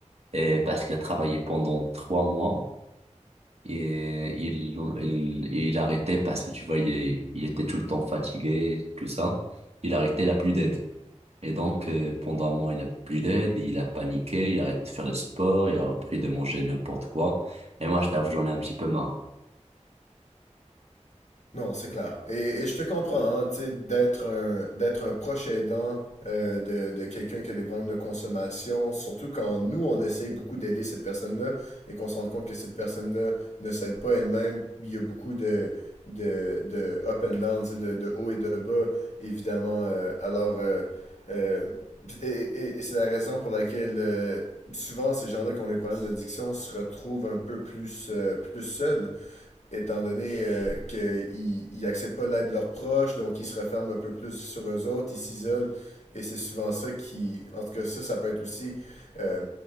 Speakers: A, on the right (about 55°); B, on the left (about 65°).
A: et parce qu'il a travaillé pendant trois mois, et il, il, il arrêtait parce que tu vois, il, est- il était tout le temps fatigué, tout ça. Il arrêtait, il a plus d'aide. Et donc, euh, pendant un mois, il a plus d'aide, il a paniqué, il a arrêté de faire le sport, il a repris de manger n'importe quoi. Et moi, je t'avoue, j'en ai un petit peu marre.
B: Non, c'est clair. Et, et je te comprends, hein, tu sais, d'être un, d'être un proche aidant euh, de, de quelqu'un qui a des problèmes de consommation, surtout quand nous, on essaye beaucoup d'aider cette personne-là et qu'on se rend compte que cette personne-là ne s'aide pas elle-même. Il y a beaucoup de, de, de up and down, tu sais, de, de haut et de bas, évidemment. euh, alors, euh, euh, et, et- et c'est la raison pour laquelle euh, souvent ces gens-là qui ont des problèmes d'addiction se retrouvent un peu plus, euh, plus seuls étant donné euh, qu'ils n'acceptent pas l'aide de leurs proches, donc ils se referment un peu plus sur eux autres, ils s'isolent, et c'est souvent ça qui... En tout cas, ça, ça peut être aussi... euh,